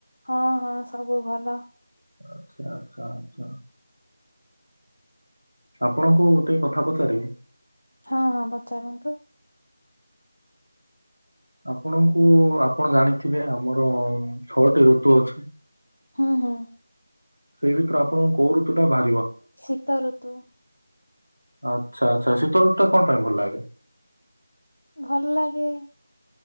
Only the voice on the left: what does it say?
ହଁ ହଁ ସବୁ ଭଲ।
ହଁ ହଁ ପଚାରନ୍ତୁ।
ହଁ ହଁ
ଶୀତଋତୁ।
ଭଲ ଲାଗେ।